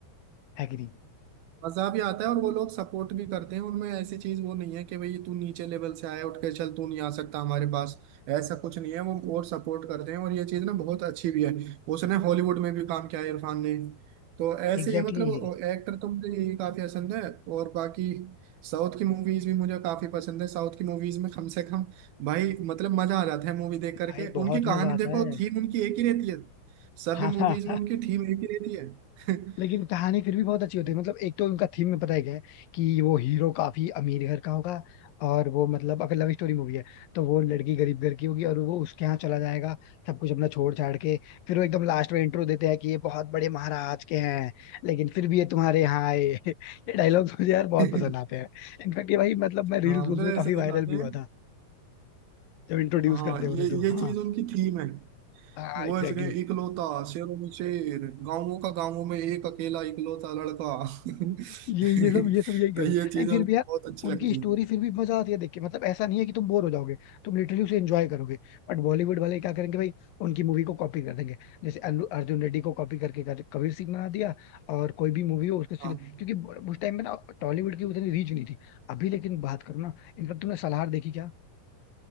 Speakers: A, on the left; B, on the right.
A: है कि नहीं
B: मजा भी आता है और वो लोग सपोर्ट भी करते हैं उनमें ऐसी चीज वो नहीं है कि भाई तू नीचे लेवल से आया उठ के चल तू नहीं आ सकता हमारे पास ऐसा कुछ नहीं है वो और सपोर्ट करते हैं और ये चीज ना बहुत अच्छी भी है उसने हॉलीवुड में भी काम किया है इरफान ने तो ऐसे
A: Exactly
B: ही है, मतलब
A: exactly.
B: एक्टर तो मुझे यही काफी पसंद है और बाकी साउथ की मूवीज भी मुझे काफी पसंद है साउथ की मूवीज में कम से कम भाई मतलब मजा आ जाता है मूवी देख
A: भाई
B: करके
A: बहुत
B: उनकी कहानी
A: मजा आता
B: देखो
A: है
B: थीम उनकी एक ही रहती है सभी
A: <laughs>
B: मूवीज
A: हाँ
B: में उनकी थीम एक ही रहती है
A: लेकिन
B: <laughs>
A: कहानी फिर भी बहुत अच्छी होती
B: <laughs>
A: है मतलब एक तो उनका थीम में पता है क्या है कि वो हीरो काफी अमीर घर का होगा और वो मतलब अगर लव स्टोरी मूवी है तो वो लड़की गरीब घर की होगी और वो उसके यहाँ चला जाएगा सब कुछ अपना छोड़ छाड़ के फिर वो एकदम लास्ट में इंट्रो देते हैं कि ये बहुत बड़े महाराज के हैं लेकिन फिर भी ये तुम्हारे यहाँ आए <laughs> ये डायलॉग्स मुझे यार बहुत
B: हाँ
A: पसंद आते हैं इनफैक्ट ये भाई मतलब मैं
B: हाँ
A: रील्स
B: मतलब
A: में काफी
B: ऐसे
A: वायरल
B: दिखाते
A: भी
B: हैं
A: हुआ था जब इंट्रोड्यूस
B: हाँ
A: करते उन्हें
B: ये
A: तो
B: ये
A: हाँ
B: चीज उनकी थीम है
A: हाँ
B: वो
A: एग्जैक्टली
B: ऐसे कहे इकलौता शेरों में शेर गांवों का गांवों में एक अकेला इकलौता लड़का <laughs>
A: ये ये सब ये सब यही कर
B: तो ये
A: रहे हैं
B: चीजें
A: नहीं फिर
B: उनको
A: भी यार
B: बहुत अच्छी
A: उनकी
B: लगती
A: स्टोरी
B: हैं
A: फिर भी मजा आती है देख के मतलब ऐसा नहीं है कि तुम बोर हो जाओगे तुम लिटरली उसे एंजॉय करोगे बट बॉलीवुड वाले क्या करेंगे भाई उनकी मूवी को कॉपी कर देंगे जैसे अनु- अर्जुन रेड्डी को कॉपी करके कर, कबीर सिंह बना दिया और कोई भी मूवी हो उसको सीधे
B: हाँ
A: क्योंकि ब- उस टाइम में ना टॉलीवुड की उतनी रीच नहीं थी अभी लेकिन बात करो ना इनफैक्ट तुमने सलार देखी क्या